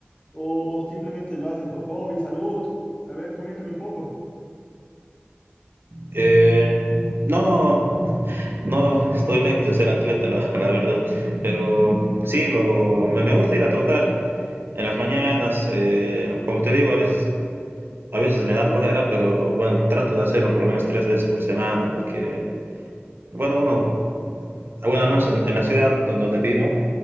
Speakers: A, on the left; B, on the right.
A: ¿O simplemente lo haces por hobby, salud? A ver, coméntame un poco.
B: Eh, no, no, estoy lejos de ser atleta, la, <laughs> la verdad. Pero sí, lo, me, me gusta ir a trotar en las mañanas. eh, como te digo, a veces, a veces me da flojera, pero bueno, trato de hacerlo por lo menos tres veces por semana, porque, bueno, uno, bueno, al menos en, en la ciudad don- donde, vivo,